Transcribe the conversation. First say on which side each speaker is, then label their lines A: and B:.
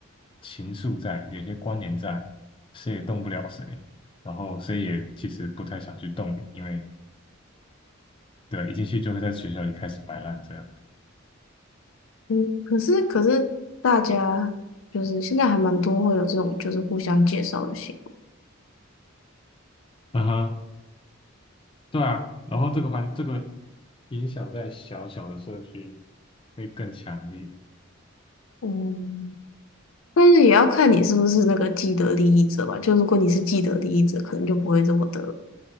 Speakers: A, on the left; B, on the left.
A: 情愫在，有些关联在，谁也动不了谁，然后谁也其实不太想去动你，因为对，一进去就会在学校里开始摆烂这样。
B: 嗯，可是可是大家就是现在还蛮多会有这种就是互相介绍的行
A: 嗯哼，对啊，然后这个环这个影响在小小的社区会更强烈。
B: 为，嗯，但是也要看你是不是那个既得利益者吧。就如果你是既得利益者，可能就不会这么的